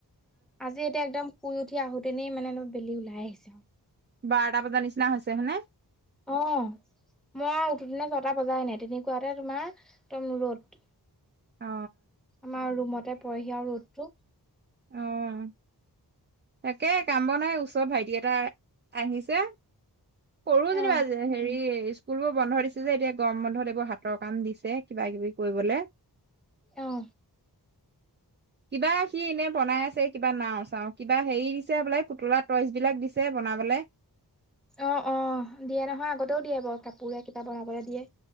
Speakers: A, in the centre; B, on the right.
A: আজি এতিয়া একদম শুই উঠি আহোতেনেই মানে অ বেলি ওলাই আহিছে আৰু।
B: বাৰটা বজাৰ নিচিনা হৈছে হয় নে?
A: অ মই উঠো দিনা ছটা বজাই ন তেনে কোৱাতে তোমাৰ একদম ৰ'দ।
B: অ
A: আমাৰ ৰুমতে পৰেহি আৰু ৰ'দটো।
B: আহ। তাকে কাম ব নাই ওচৰ ভাইটি এটা আহিছে। সৰু যেনিবা
A: অ
B: আজ হেৰি স্কুল বোৰ বন্ধ দিছে যে এতিয়া গম বন্ধত এইবোৰ হাতৰ কাম দিছে কিবা কিবি কৰিবলে।
A: আহ।
B: কিবা সি এনে বনাই আছে কিবা নাও চাও কিবা হেৰি দিছে বোলে পুতলা টইচ বিলাক দিছে ব নাবলে।
A: অ অ দিয়ে নহয় আগতেও দিয়ে বাৰু কাপোৰে কিবা বনাবলৈ দিয়ে।